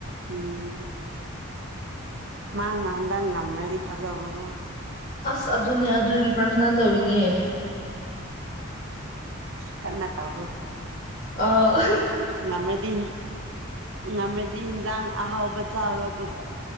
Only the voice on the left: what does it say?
ꯑꯁ ꯑꯗꯨꯅꯦ ꯑꯗꯨꯒꯤ ꯄ꯭ꯔꯊꯅꯥ ꯇꯧꯔꯤꯅꯦ
ꯑꯣ